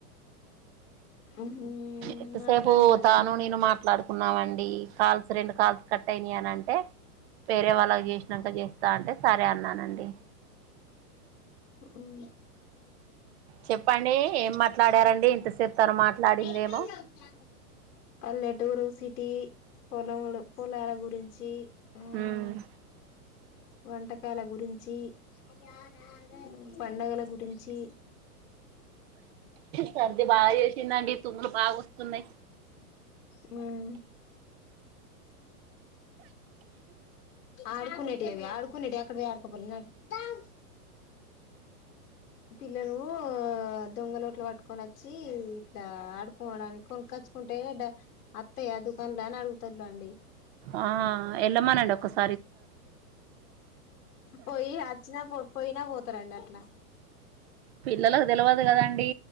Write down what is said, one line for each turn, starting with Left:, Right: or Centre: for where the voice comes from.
Left: మ్మ్
Right: ఇంతసేపు
Left: మాట్లాడిందండి
Right: తాను నేను మాట్లాడు కున్నామండి కాల్స్ రెండు కాల్స్ కట్ అయినయని అంటే వేరే వాళ్ళ చేసినంక చేస్తా అంటే సరే అన్నానండి
Left: ఉమ్
Right: చెప్పండి ఏం మాట్లాడారండి ఇంతసేపు తను మాట్లాడిందేమో
Left: బయట ఉన్నామ్ తాత పల్లెటూరు సిటీ పొలములు పొలాల గురించి మ్మ్
Right: ఉమ్
Left: వంటకాల గురించి ఉం పండగల గురించి
Right: సర్ది బాగా చేసిందండి తుమ్ములు బాగా వస్తున్నాయి
Left: ఉమ్ ఆడుకునేటివి అవి ఆడుకునేటీ అక్కడ పోయి ఆడకోపోయి నడువ్ పిల్లలూ దొంగలోట్లు పట్టుకొని వచ్చి ఇట్ల ఆడుకోడానికి కొనుచ్చుకుంటే డా అత్త యా దుకాన్ లో అని అడుగుతారులాండి
Right: ఆ ఎల్మానండి ఒక సా
Left: పోయి అచ్చిన పో పోయినా పోతారండి అట్లా
Right: పిల్లలకు తెలివాదు కదండి